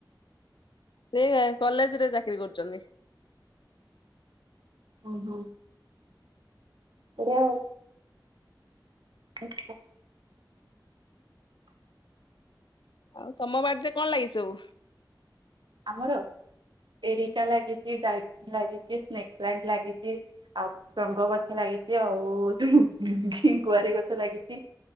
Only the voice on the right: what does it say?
ହୁଁ ହଁ <inaudible> ଆଜ୍ଞା ଆଉ। ଠିକ୍ <inaudible>
ଆମର ଏରିକା ଲାଗିଚି ଡାଇଟ ଲାଗିଚି ଟ୍ରେଗ୍ ନାଇଟ ଲାଗିଚି। ଆଉ ରଙ୍ଗ ଗଛ ଲାଗିଛି ଆଉ ଯୋଉ କୁଆରୀ ଗଛ ଲାଗିଛି